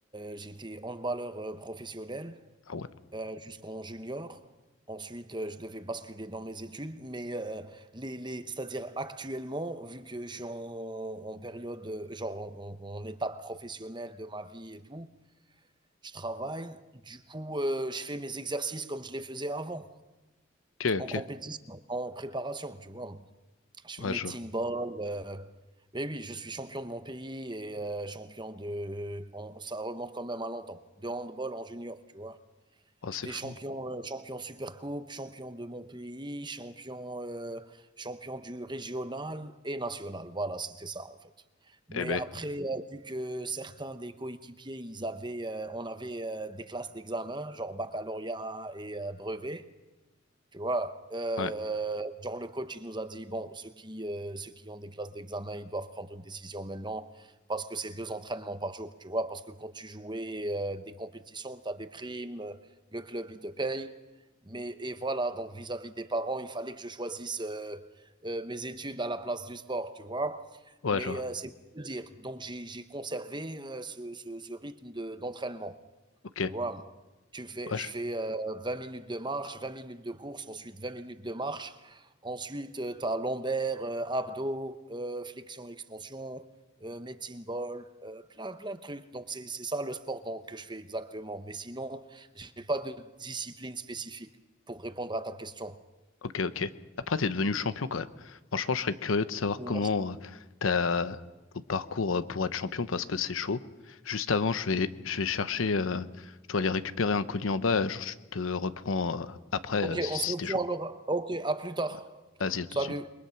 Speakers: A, on the right (about 20°); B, on the left (about 85°).
A: heu, j'étais handballeur, heu, professionnel.
B: Ah ouais,
A: Heu, jusqu'en junior. Ensuite, heu, je devais basculer dans mes études, mais, heu, les les c'est-à-dire actuellement, vu que je suis en en période, heu, genre en en en étape professionnelle de ma vie et tout, je travaille. Du coup, heu, je fais mes exercices comme je les faisais avant,
B: ok,
A: en
B: ok,
A: compétition, en préparation, tu vois? Je fais
B: ouais,
A: mes
B: je
A: teen
B: vois.
A: ball, heu mais oui, je suis champion de mon pays et heu, champion de en ça remonte quand même à longtemps, de handball en junior, tu vois?
B: Oh,
A: J'étais
B: c'est fou.
A: champion, heu, champion Supercoupe, champion de mon pays, champion, heu, champion du régional et national. Voilà, c'était ça, en fait. Mais
B: Eh ben,
A: après, heu, vu que certains des coéquipiers, ils avaient, heu, on avait, heu, des classes d'examen, genre baccalauréat et heu, brevet. Tu vois, euh,
B: ouais,
A: genre le coach, il nous a dit, bon, ceux qui, euh, ceux qui ont des classes d'examen, ils doivent prendre une décision maintenant parce que c'est deux entraînements par jour, tu vois, parce que quand tu jouais euh, des compétitions, tu as des primes, euh, le club, il te paye. Mais, et voilà, donc vis-à-vis des parents, il fallait que je choisisse euh, euh, mes études à la place du sport, tu vois.
B: ouais,
A: Mais
B: je vois.
A: euh, c'est pour te dire, donc j'ai j'ai conservé euh, ce, ce- ce rythme de- d'entraînement.
B: Ok,
A: Tu vois, tu fais,
B: wesh,
A: je fais euh, 20 minutes de marche, 20 minutes de course, ensuite 20 minutes de marche. Ensuite, tu as lombaire, euh, abdos, euh, flexion, extension, euh, medicine ball, euh, plein, plein de trucs. Donc, c'est c'est ça le sport donc, que je fais exactement. Mais sinon, je n'ai pas de discipline spécifique pour répondre à ta question.
B: ok, ok. Après, t'es devenu champion quand même. Franchement, je serais curieux de savoir
A: Oui,
B: comment euh, t'as ton parcours euh, pour être champion parce que c'est chaud. Juste avant, je vais, je vais chercher, euh, je dois aller récupérer un colis en bas, je je te reprends euh, après
A: Ok,
B: euh, si
A: on
B: si
A: se reprend
B: t'es chaud.
A: alors. Ok, à plus tard.
B: Ouais. Vas-y, à tout
A: Salut.
B: de suite.